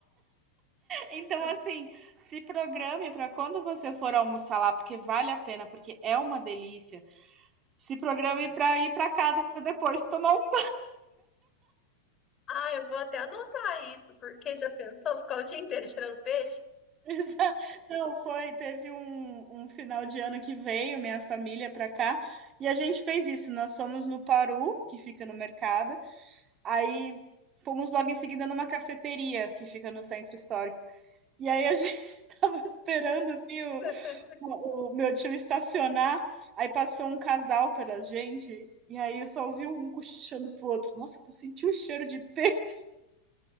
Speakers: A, on the right; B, on the left.
A: Então,
B: <laughs>
A: assim, se programe para quando você for almoçar lá, porque vale a pena, porque é uma delícia. Se programe para ir para casa depois tomar um
B: Ah, eu vou até anotar isso, porque já pensou ficar o dia inteiro tirando peixe?
A: <laughs> banho. Não, foi. Teve um, um final de ano que veio minha família para cá e a gente fez isso. Nós fomos no Paru, que fica no mercado, aí fomos logo em seguida numa cafeteria que fica no centro histórico. E aí a <laughs> gente tava esperando assim o,
B: <laughs>
A: o, o meu tio estacionar, aí passou um casal pela gente e aí eu só ouvi um cochichando pro outro. Nossa, tu sentiu o cheiro de peixe?